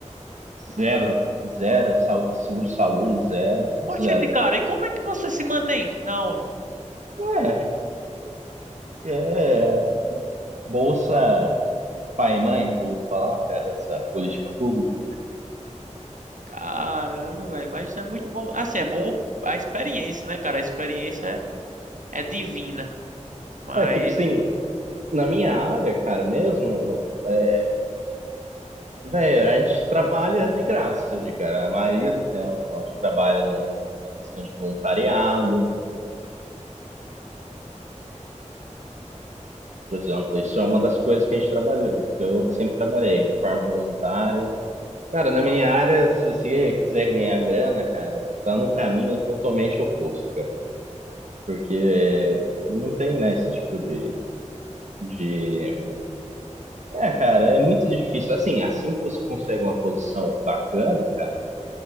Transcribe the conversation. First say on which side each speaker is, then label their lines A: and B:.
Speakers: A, on the right; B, on the right.
A: Zero, zero, sa- seguro-saúde, zero, tudo
B: Poxa,
A: zero.
B: de cara, e como é que você se mantém na ONU?
A: Ué, é, é, é, bolsa pai e mãe, de eu falar, cara, dessa política pública.
B: Caramba, velho, mas é muito bom. Assim, é bom a experiência, né, cara? A experiência é, é divina. Mas,
A: É, tipo assim, na minha área, cara, mesmo. é, Velho, a gente trabalha de graça, de cara, a maioria do tempo. A gente trabalha no- na questão de voluntariado, por exemplo. Isso é uma das coisas que a gente trabalha, que eu sempre trabalhei, de forma voluntária. Cara, na minha área, se você quiser ganhar grana, cara, tá no caminho totalmente oposto, cara. Porque não tem, né, esse tipo de, de... É, cara, é muito difícil. Assim, assim que você consegue uma posição bacana, cara,